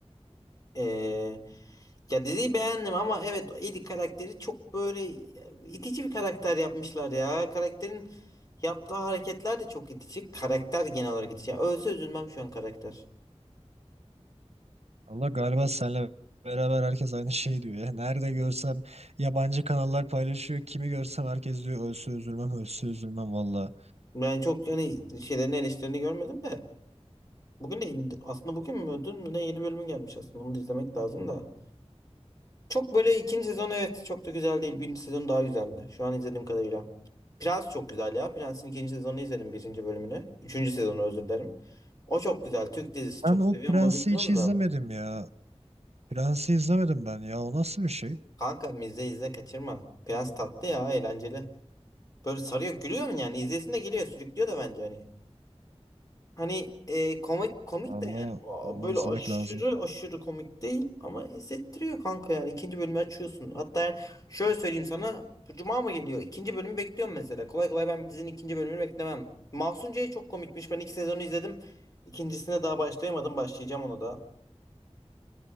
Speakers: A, on the left; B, on the right.
A: Ee, ya diziyi beğendim ama evet Eddie karakteri çok böyle itici bir karakter yapmışlar ya. Karakterin yaptığı hareketler de çok itici. Karakter genel olarak itici. Ya ölse üzülmem şu an karakter.
B: Allah galiba senle beraber herkes aynı şey diyor ya. Nerede görsem yabancı kanallar paylaşıyor. Kimi görsem herkes diyor ölse üzülmem, ölse üzülmem valla.
A: Ben çok hani şeylerin eleştirilerini görmedim de. Bugün de indi- aslında bugün mü dün mü ne yeni bölümü gelmiş aslında onu da izlemek lazım da. Çok böyle ikinci sezon evet çok da güzel değil. Birinci sezon daha güzeldi. Şu an izlediğim kadarıyla. Prens çok güzel ya. Prens'in ikinci sezonunu izledim birinci bölümünü. Üçüncü sezonu özür dilerim. O çok güzel. Türk dizisi çok
B: Ben o
A: seviyorum
B: Prens'i
A: ama bilmiyorum
B: hiç izlemedim
A: da.
B: ya. Prens'i izlemedim ben ya. O nasıl bir şey?
A: Kanka izle izle kaçırma. Prens tatlı ya eğlenceli. Böyle sarıyor gülüyor mu yani? İzlesin de geliyor sürüklüyor da bence hani. Hani e, komik komik
B: Vallahi
A: de yani Aa,
B: onu
A: böyle
B: izlemek
A: aşırı
B: lazım.
A: aşırı komik değil ama hissettiriyor kanka yani ikinci bölümü açıyorsun. Hatta yani şöyle söyleyeyim sana Cuma mı geliyor? İkinci bölümü bekliyorum mesela. Kolay kolay ben dizinin ikinci bölümünü beklemem. Mahsun C'ye çok komikmiş. Ben iki sezonu izledim. İkincisine daha başlayamadım. Başlayacağım onu da.